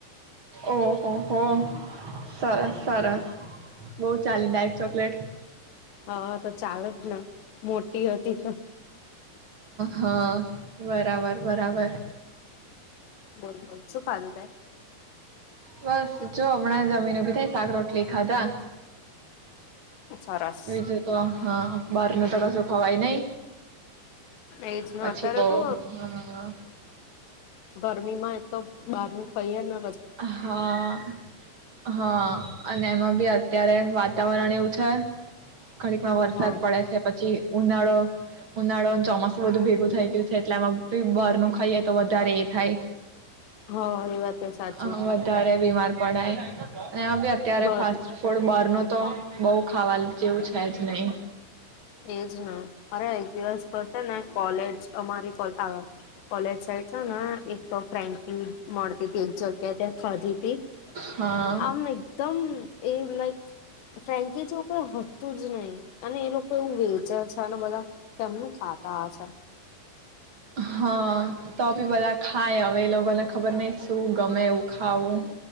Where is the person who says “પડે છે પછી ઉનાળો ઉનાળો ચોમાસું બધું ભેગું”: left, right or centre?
Right